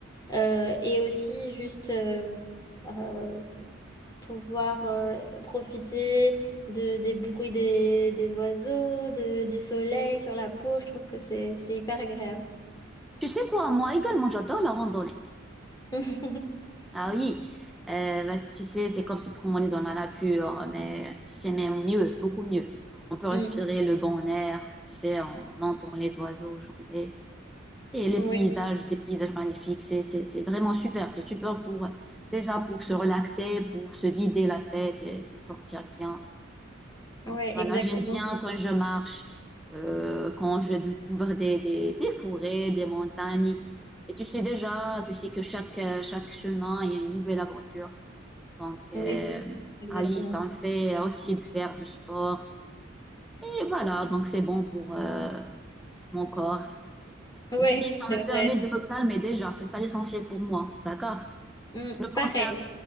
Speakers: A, on the left; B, in the centre.
A: euh, et aussi juste. euh, euh, pouvoir euh, profiter de, des bruits des, des oiseaux, de, du soleil sur la peau. Je trouve que c'est, c'est hyper agréable.
B: Tu sais quoi, moi également, j'adore la randonnée.
A: <laughs>
B: Ah oui, euh, bah, tu sais, c'est comme se promener dans la nature, mais tu sais, mais mieux, beaucoup mieux. On peut respirer
A: Mm.
B: le bon air, tu sais, on entend les oiseaux chanter. Et les
A: Oui,
B: paysages, des paysages magnifiques, c'est, c'est, c'est vraiment super. C'est super pour, déjà pour se relaxer, pour se vider la tête et se sentir bien.
A: ouais,
B: Donc voilà,
A: exactement.
B: j'aime bien quand je marche, euh, quand je découvre des, des, des forêts, des montagnes. Et tu sais déjà, tu sais que chaque, euh, chaque chemin, il y a une nouvelle aventure. Donc, euh,
A: Oui, c'est- exactement.
B: ah oui, ça me fait aussi de faire du sport. Et voilà, donc c'est bon pour euh, mon corps.
A: Oui,
B: Et puis, ça
A: c'est
B: me permet
A: vrai.
B: de me calmer déjà. C'est ça l'essentiel pour moi. D'accord?
A: Mm,
B: De ne penser
A: pareil.
B: à,